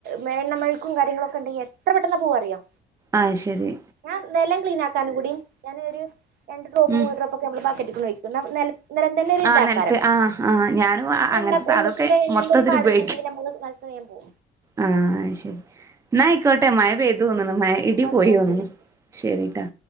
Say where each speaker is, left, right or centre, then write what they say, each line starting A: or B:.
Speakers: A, on the right; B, on the right.
A: മേൽ നമ്മൾക്കും കാര്യങ്ങളൊക്കെ ഉണ്ടെങ്കിൽ എത്ര പെട്ടെന്ന് പോവറിയോ?
B: അയ് ശെരി
A: ഞാൻ നിലം ക്ലീനാക്കാനും കൂടി. ഞാനിയൊരു രണ്ട് ഡ്രോപ്പ്
B: ഉം
A: മൂന്ന് ഡ്രോപ്പൊക്കെ ബക്കറ്റിക്കൊന്ന് ഒഴിക്കും. ന നെല ന്നലെ ന്തേലൊരു
B: ആഹ്
A: ഇതാക്കാരം.
B: നെലത്ത് ആഹ് ആഹ് ഞാനും അങ്ങനത്തെ
A: എണ്ണ
B: സാധനൊക്കെ
A: എണ്ണത്തിന്റെ, എണ്ണെന്തെര്
B: മൊത്തത്തില്
A: പാടക്കൊണ്ടെങ്കിൽ
B: ഉപയോഗിക്കും
A: നമ്മെക്ക് വ ത് വേം പോ
B: ആഹ് ശരി എന്നായിക്കോട്ടെ. മയ പെയ്തു തോന്നണ്. മ ഇടി
A: ഓക്കെ
B: പോയി
A: ഓക്കെ
B: വന്നു. ശെരിട്ടാ.